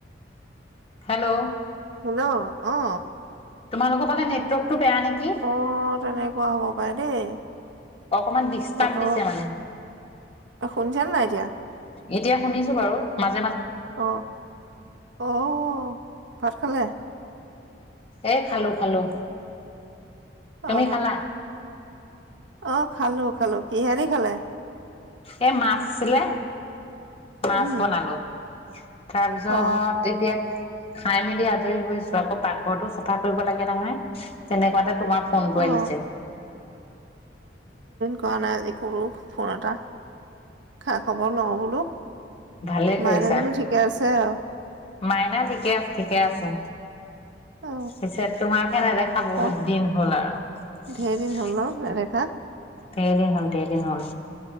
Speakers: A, on the left; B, on the right.
A: হেল্লো
B: হেল্' অ'
A: তোমালোকৰ ফালে নেটৱৰ্কক টো বেয়া নেকি
B: অ তেনেকুৱা হ'ব পাৰে দেই
A: অকমান ডিষ্টাৰ্ব
B: বতৰ
A: দিছে মানে
B: শুনিছানে নাই এতিয়া?
A: এতিয়া শুনিছো বাৰু মাজ
B: অ', অ', ভাত খালে?
A: এ খালো, খালো তুমি
B: অ'।
A: খালা
B: অ', খালো, খালো কিহেদি খালে?
A: এ মাছ আছিলে মাছ
B: উম
A: বনালো। তাৰপিছত
B: অ
A: এতিয়া খাই মেলি আজৰি হৈছো, আকৌ পাকঘৰটো চফা কৰিব লাগে নহয় তেনেকুৱাতে তোমাৰ ফোনটো
B: অ
A: আহিছে
B: ৱা নাই আজি কৰো ফোন এটা খা খবৰ লওঁ বোলো
A: ভালে কৰিছা।
B: মাইনাজনী ঠিকে আছে আৰু
A: মাইনা ঠিকে আছে ঠিকে আছে
B: অ
A: পিছেত তোমাৰ? সেনেদেখা বহুত
B: তাক
A: দিন হ'ল আৰু।
B: ধেৰ দিন হ'ল ন নেদেখা
A: দেৰদিন হল দেৰদিন হল